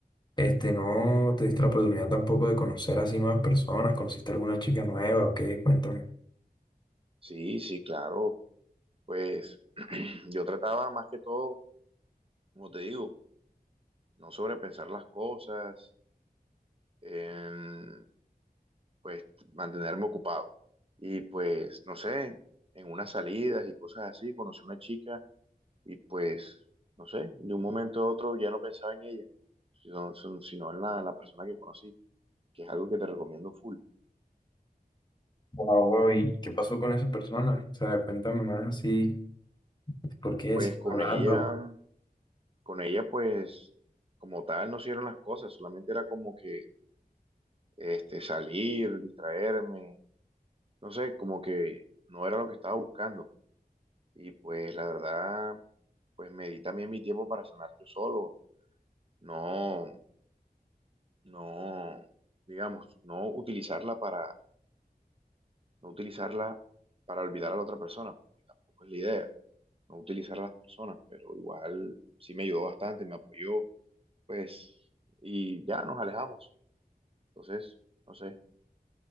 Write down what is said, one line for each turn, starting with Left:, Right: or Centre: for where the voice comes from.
Left: este, ¿no te diste la oportunidad tampoco de conocer así nuevas personas? ¿Conociste alguna chica nueva o qué? Cuéntame.
Right: Sí, sí, claro, pues <clears throat> yo trataba más que todo, como te digo, no sobrepensar las cosas, em, pues mantenerme ocupado. Y pues, no sé, en unas salidas y cosas así, conocí una chica y pues, no sé, de un momento a otro ya no pensaba en ella, sino, sino en la, en la persona que conocí, que es algo que te recomiendo full.
Left: Wow, wow, ¿y qué pasó con esa persona? O sea, cuéntame más así, ¿por qué
Right: Pues
Left: sigues
Right: con
Left: hablando?
Right: ella con ella pues como tal no hicieron las cosas, solamente era como que este, salir, distraerme, no sé, como que no era lo que estaba buscando. Y pues la verdad, pues me di también mi tiempo para sanar yo solo, no, no, digamos, no utilizarla para, no utilizarla para olvidar a la otra persona, porque tampoco es la idea, no utilizar a las personas, pero igual sí me ayudó bastante, me apoyó, pues, y ya nos alejamos. Entonces, no sé.